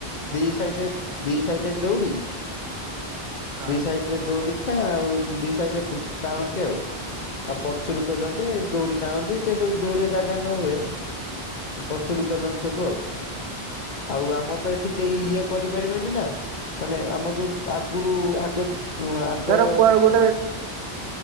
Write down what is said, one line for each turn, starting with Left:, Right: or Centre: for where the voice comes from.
Left: ଦିଦି ସାଇଟରେ ଦି ସାଇଟରେ ଦଉଡି। ଦି
Right: ହଁ।
Left: ସାଇଡ ରେ ଦଉଡିଥାଏ ଆଉ ଦି ସାଇଡ ରେ ତ ଟାଣନ୍ତି ଆଉ। ଆ ପଛରୁ ପେଲନ୍ତି ଦଉଡ଼ି ଟାଣନ୍ତି ଯେ ସବୁ ଦଉଡିରେ ଜାଗା ନ ହୁଏ ପଛୁରୁ ପେଲନ୍ତି ସବୁ ଆଉ। ଆଉ ଆମର ତ ଏଠି କେହି ଇଏ କରିପାରିବେନି ନା ମାନେ ଆମର ଯୋଉ ଆକ୍‌ ଗୁରୁ ଆଦତ୍ ଉଁ ଆର୍
Right: ଧର
Left: ଦ
Right: କୁଆଡେ ଗୋଟେ